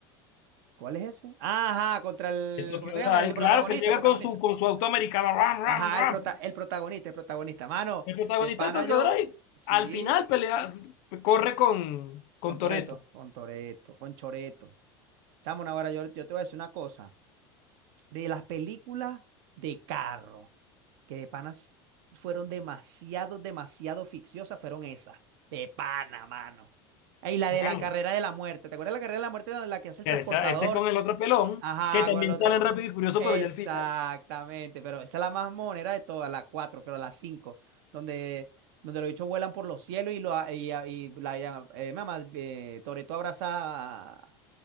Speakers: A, on the right; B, on the left.
A: ¿Cuál es ese? Ajá, contra el.
B: de Tokyo
A: ¿Cómo te
B: Drive,
A: llamas? El protagonista,
B: claro, que él llega
A: el protagonista.
B: con su, con su auto americano, ram, ram,
A: Ajá,
B: ram.
A: el, prota- el protagonista, el protagonista. Mano,
B: El protagonista
A: de pana
B: de Tokyo
A: yo.
B: Drive,
A: Sí,
B: al final pelea, corre con, con
A: con Toreto,
B: Toretto.
A: con Toreto, con Choreto. Chamo, ahora yo, yo te voy a decir una cosa. De las películas de carro. que de panas fueron demasiado, demasiado ficciosas, fueron esas. De pana, mano. Y la
B: Man,
A: de la carrera de la muerte. ¿Te acuerdas de la carrera de la muerte donde la que hace
B: pero
A: el transportador?
B: esa- ese es con el otro pelón,
A: Ajá,
B: que también
A: con el otro.
B: sale en Rápido y Furioso,
A: Exactamente,
B: pero ya al final.
A: pero esa es la más monera de todas, la cuatro, creo, la cinco, donde, donde los bichos vuelan por los cielos y, lo, y, y la, eh, mamá, eh, Toretto abraza a,